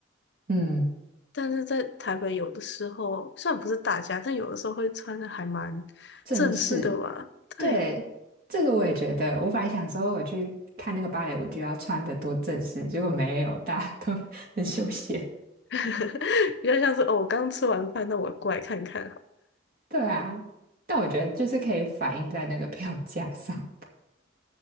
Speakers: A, on the right (about 50°); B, on the left (about 60°).
A: 嗯，
B: 但是在台北有的时候虽然不是大家，但有的时候会穿的还蛮
A: 正式
B: 正式的嘛，对，
A: 对，这个我也觉得，我本来想说我去看那个芭蕾舞剧要穿的多正式，结果没有，大家都 <laughs> 很休闲。
B: <laughs> 比较像是哦，我刚吃完饭，那我过来看看
A: 对啊，但我觉得就是可以反映在那个票价上。